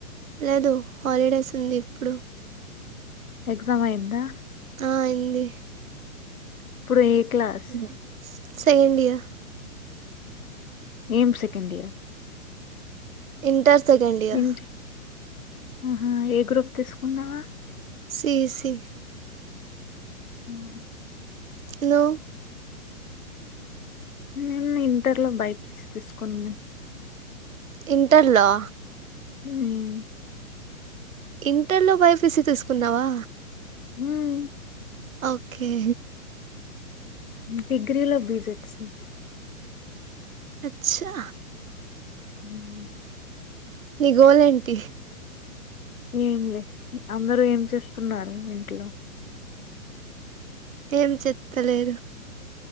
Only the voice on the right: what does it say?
లేదు హాలిడేస్ ఉంది ఇప్పుడు
ఆ అయింది
ఇ <inaudible> సాయిండియా
inter second year
సి సి
నువ్
ఇంటర్ లో
ఇంటర్లో బైపిసి తీసుకున్నావా
ఓకే
అచ్చా
నిగోల్ ఎం టి
ఏం చెత్తాలేదు